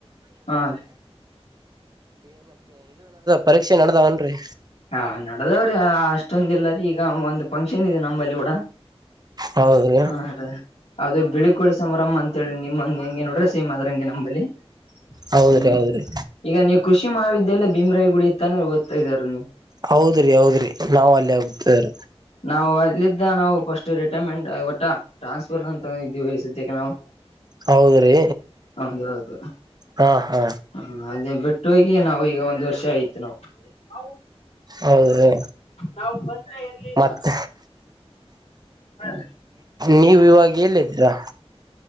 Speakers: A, on the left; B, on the right.
A: ಹಾ
B: ಪರೀಕ್ಷೆ ನಡ್ದಾವನ್ರಿ
A: ಹಾ ನದವಷ್ಟ ಅಷ್ಟೊಂದ ಇಿಲ್ಲರಿೀ ಈಗ ಒಂದು್ ಫಂಕ್ಷನ್ ಇದೆ ನಂಬಲ್ಲಿ ಕೂಡ
B: ಹೌದ್ರಿ
A: ಹಾದ ಅದೇ ಬೆಳಿಗ್ ಕೊಡಿಿ ಸಂಭ್ರಮ ಅಂತೇಳಿ ನಿಮ್ಮಂಗೆಂ ನೋಡ್ರೆ ಸೇಮ್ ಆದ್ರ ಹಂಗೆ ನಂಬಲ್ಲಿ
B: ಹೌದ್ರಿ
A: ಹ್ಮ್
B: ಹೌದ್ರಿ
A: ಈಗ ನೀವು ಆ ವಿದ್ಯಲ್ಲ ಭೀಮ್ರಾಯ ಗುಡಿ ಇತ್ತಾನ ಓದ್ಾ ಇದ್ದಾರೆ ನೀವು
B: ಹೌದ್ರಿ ಹೌದ್ರಿ ನಾವ್ ಅಲ್ಲ ಆಗುತ್ತಾರೆ
A: ನಾವು ಅಲ್ಲಿದ್ದ ನಾವು ಫಸ್ಟ್ ರಿಟೈರ್ಮೆಂಟ್ ಒಟ್ಟ ಟ್ರಾಸ್ಫರ್ ಅಂತ ಇದೀವಿ ಸದ್ಯಕ್ಕೆ ನಾವು
B: ಹೌದ್ರಿ
A: ಹೌದ ಹೌದು
B: ಹಾ ಹಾ
A: ಹ ಅದೇ ಬಿಟ್ಟ ಹಟ್ಟ ಹೋಗಿ ನಾವು ಈಗ ಒಂದ್ ವರ್ಷ ಆಯತು ನಾವು
B: ಹೌದ್ರಿ
A: ನಾವು ಬಂದ್ರ ಎಲ್ಲಿ
B: ಮತ್ತ
A: ಹಾ
B: ನೀವು ಇವಾಗ ಎಲ್ಲಿದ್ದೀರಾ